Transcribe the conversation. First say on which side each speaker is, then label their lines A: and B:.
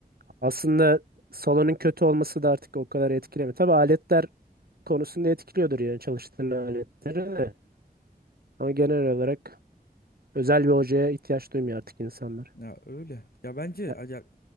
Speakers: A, on the right; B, on the left.
A: Aslında salonun kötü olması da artık o kadar etkilemiyor. Tabii aletler konusunda etkiliyordur yani çalıştığın aletleri de. Ama genel olarak özel bir hocaya ihtiyaç duymuyor artık insanlar.
B: Ya öyle. Ya bence
A: He-
B: ya